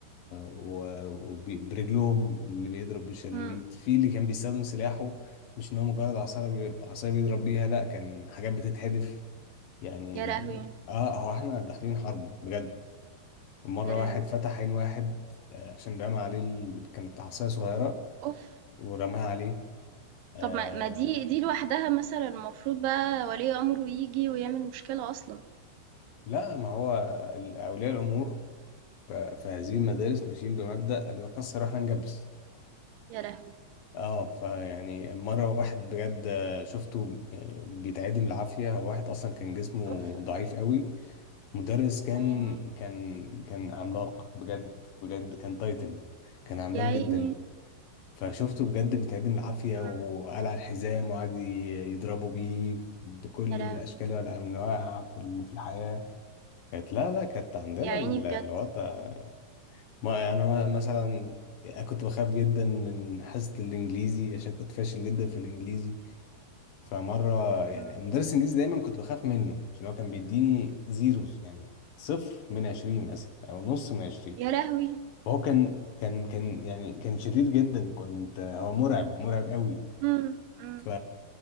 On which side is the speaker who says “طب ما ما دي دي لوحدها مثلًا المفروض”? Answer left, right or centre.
Right